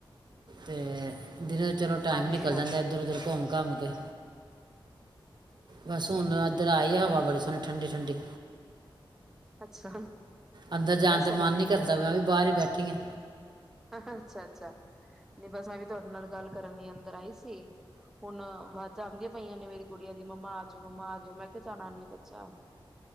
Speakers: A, on the right; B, in the centre.
A: ਤੇ ਦਿਨੇ ਚਲੋ ਟਾਈਮ
B: ਹਾਂਜੀ
A: ਨਿਕਲ
B: ਹਾਂਜੀ
A: ਜਾਂਦਾ, ਇੱਧਰ-ਉੱਧਰ ਘੁੰਮ ਘਾਮ ਕੇ। ਬਸ ਹੁਣ
B: ਜੀ ਜੀ ਨਹੀਂ
A: ਇੱਧਰ ਆਈ
B: ਸਹੀ
A: ਹਵਾ
B: ਗੱਲ
A: ਬੜੇ
B: ਹੈ
A: ਸੋਹਣੀ ਠੰਡੀ ਠੰਡੀ।
B: ਅੱਛਾ।
A: ਅੰਦਰ ਜਾਣ
B: ਬਸ
A: ਤੇ ਮਨ
B: ਇਧਰ ਵੀ
A: ਨਹੀਂ ਕਰਦਾ ਮੈਂ ਵੀ ਬਾਹਰ ਹੀ ਬੈਠੀ ਆਂ।
B: ਅੱਛਾ ਅੱਛਾ। ਨਹੀਂ ਬਸ ਮੈਂ ਵੀ ਤੁਹਾਡੇ ਨਾਲ ਗੱਲ ਕਰਨ ਲਈ ਇਧਰ ਆਈ ਸੀ ਹੁਣ ਵਾਜਾਂ ਆਉਂਦੀਆਂ ਪਈਆਂ ਨੇ ਮੇਰੀ ਕੁੜੀਆਂ ਦੀ, ਮੰਮਾ ਆਜੋ, ਮੰਮਾ ਆਜੋ। ਮੈਂ ਕਿਹਾ ਚਲ ਆਨੀ ਆ ਬੱਚਾ।